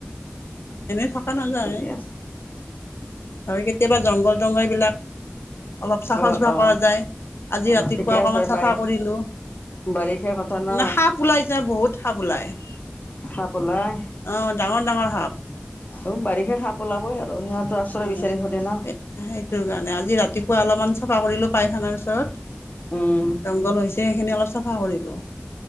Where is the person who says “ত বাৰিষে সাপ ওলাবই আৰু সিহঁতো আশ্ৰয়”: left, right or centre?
Left